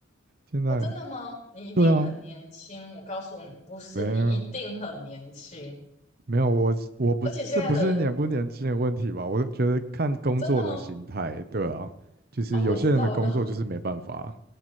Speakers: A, on the right (about 50°); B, on the left (about 35°).
A: 现在，
B: 哦，真的吗？你一定很年轻，
A: 对啊，
B: 我告诉你，不是，
A: 没有
B: 你一定很年轻，
A: 没有，我是我不，
B: 而且现在的人
A: 这不是年不年轻的问题吧？我觉得看工作的形态，
B: 真的吗？
A: 对啊，就是有些人的工作就是没办法，
B: 哦，我知道，我知道，